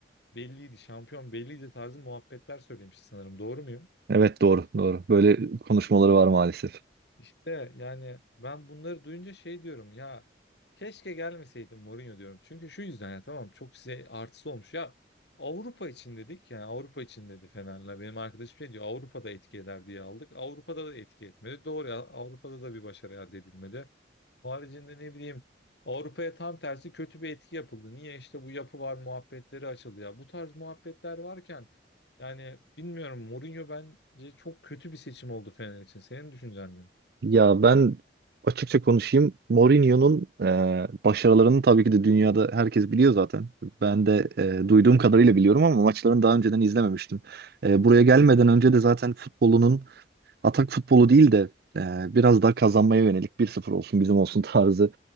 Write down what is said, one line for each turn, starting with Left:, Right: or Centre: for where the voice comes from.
Left: belliydi, şampiyon belliydi tarzı muhabbetler söylemiş sanırım. Doğru muyum?
Right: Evet doğru doğru. Böyle konuşmaları var maalesef.
Left: İşte yani ben bunları duyunca şey diyorum ya keşke gelmeseydim Mourinho diyorum. Çünkü şu yüzden ya tamam çok size artısı olmuş. Ya Avrupa için dedik yani Avrupa için dedi Fener'le. Benim arkadaşım şey diyor Avrupa'da etki eder diye aldık. Avrupa'da da etki etmedi. Doğru ya Avrupa'da da bir başarı elde edilmedi. Haricinde ne bileyim Avrupa'ya tam tersi kötü bir etki yapıldı. Niye işte bu yapı var muhabbetleri açıldı ya. Bu tarz muhabbetler varken yani bilmiyorum Mourinho bence çok kötü bir seçim oldu Fener için. Senin düşüncen ne?
Right: Ya ben açıkça konuşayım. Mourinho'nun e, başarılarını tabii ki de dünyada herkes biliyor zaten. Ben de e, duyduğum kadarıyla biliyorum ama maçlarını daha önceden izlememiştim. E, buraya gelmeden önce de zaten futbolunun atak futbolu değil de e, biraz daha kazanmaya yönelik bir sıfır olsun bizim olsun tarzı